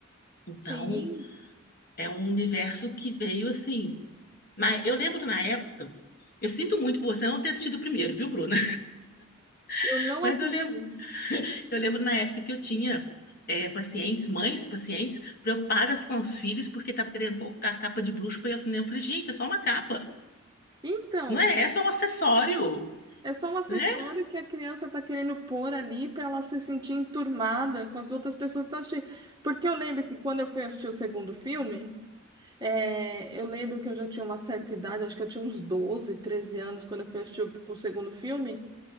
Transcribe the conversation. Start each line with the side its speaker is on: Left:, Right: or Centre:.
Left: Então,
Right: sim.
Left: é um universo que veio assim. Mas eu lembro na época, eu sinto muito por você não ter assistido o primeiro, viu, Bruna?
Right: Eu
Left: <laughs>
Right: não
Left: Mas
Right: assisti.
Left: eu lembro, eu lembro na época que eu tinha é, pacientes, mães, pacientes, preocupadas com os filhos porque estava querendo colocar a capa de bruxo para ir ao cinema. Eu falei, gente, é só uma capa,
Right: Então.
Left: não é? É só um acessório,
Right: É só um acessório
Left: né?
Right: que a criança está querendo pôr ali para ela se sentir enturmada com as outras pessoas que estão assistindo. Porque eu lembro que quando eu fui assistir o segundo filme, é, eu lembro que eu já tinha uma certa idade, acho que eu tinha uns 12, 13 anos quando eu fui assistir o, o segundo filme.